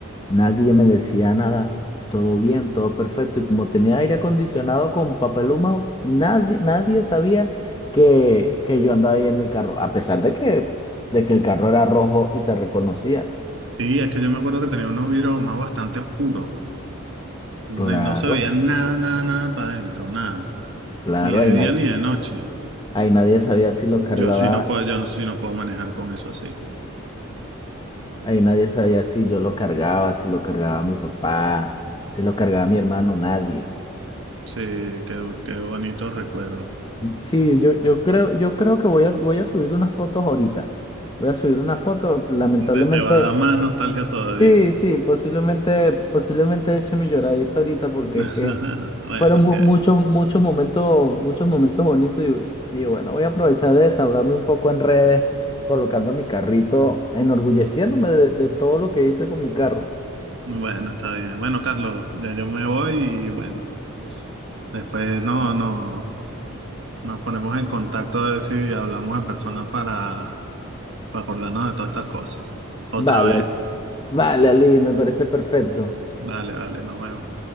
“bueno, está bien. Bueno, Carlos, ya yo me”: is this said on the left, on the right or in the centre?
Right